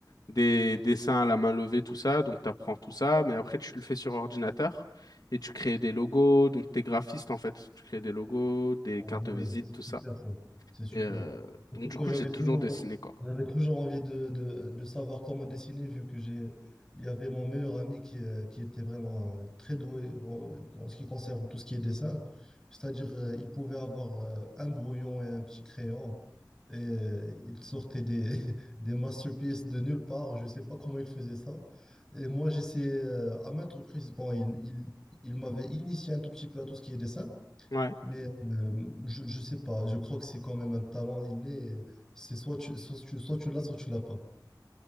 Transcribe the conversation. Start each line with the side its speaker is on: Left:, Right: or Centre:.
Left: des dessins à la main levée, tout ça. Donc, tu apprends tout ça, mais après, tu le fais sur ordinateur et tu crées des logos. Donc, t'es graphiste, en fait. Tu crées des logos, des
Centre: Ah
Left: cartes
Centre: ouais,
Left: de visite,
Centre: ouais, c'est
Left: tout ça.
Centre: super ça. C'est super.
Left: Et, euh,
Centre: En
Left: donc,
Centre: tout cas,
Left: du coup,
Centre: j'avais
Left: j'ai toujours
Centre: toujours,
Left: dessiné, quoi.
Centre: j'avais toujours envie de, de, de savoir comment dessiner, vu que j'ai, il y avait mon meilleur ami qui, euh, qui était vraiment euh, très doué en, en ce qui concerne tout ce qui est dessin. C'est-à-dire, euh, il pouvait avoir euh, un brouillon et un petit crayon, et euh, il sortait des, <laughs> des masterpieces de nulle part. Je ne sais pas comment il faisait ça. Et moi, j'essayais euh, à maintes reprises. Bon, il, il, il m'avait initié un tout petit peu à tout ce qui est dessin.
Left: Ouais.
Centre: Mais euh, je, je sais pas, je crois que c'est quand même un talent inné. C'est soit tu, soit tu, soit tu l'as, soit tu l'as pas.